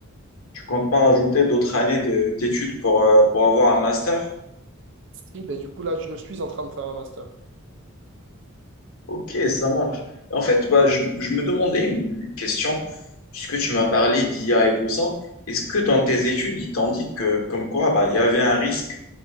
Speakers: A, on the left; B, on the right.
A: Tu comptes pas rajouter d'autres années de- d'études pour, euh, pour avoir un master?
B: Oui, ben, du coup, là, je suis en train de faire un master.
A: Ok, ça marche. En fait, bah, je, je me demandais une question, puisque tu m'as parlé d'IA et tout ça. Est-ce que dans tes études, ils t'ont dit que, comme quoi, bah, il y avait un risque